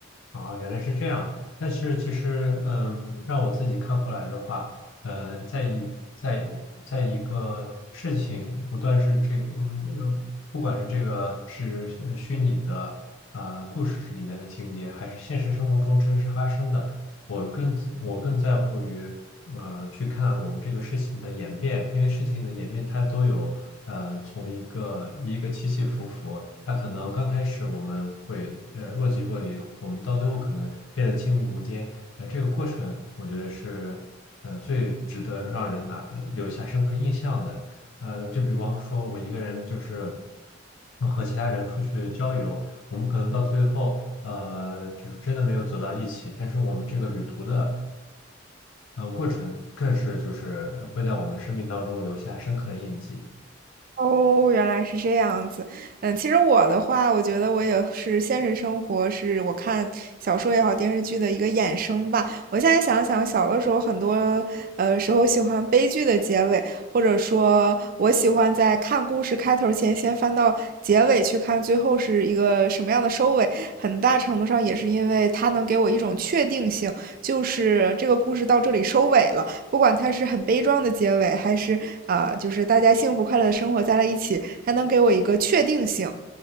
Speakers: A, on the left; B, on the right.
A: 啊，原来是这样。但是其实，嗯，让我自己看过来的话，呃，在一在在一个事情不断是这，嗯，呃不不管是这个是呃虚拟的啊、呃故事里面的情节，还是现实生活中真实发生的，我更我更在乎于呃去看我们这个事情的演变，因为事情的演变它都有呃从一个一个起起伏伏，那可能刚开始我们会呃若即若离，我们到最后可能变得亲密无间，呃这个过程我觉得是呃最值得让人拿留下深刻印象的，呃就比方说我一个人就是和其他人出去郊游。我们可能到最后，呃，就是真的没有走到一起，但是我们这个旅途的，呃，过程更是就是会在我们生命当中留下深刻的印记。
B: 哦，原来是这样子。嗯，其实我的话，我觉得我也是现实生活，是我看小说也好，电视剧的一个衍生吧。我现在想想，小的时候很多呃时候喜欢悲剧的结尾，或者说我喜欢在看故事开头前先翻到结尾去看最后是一个什么样的收尾。很大程度上也是因为它能给我一种确定性，就是这个故事到这里收尾了。不管它是很悲壮的结尾，还是啊，就是大家幸福快乐的生活在了一起，它能给我一个确定性。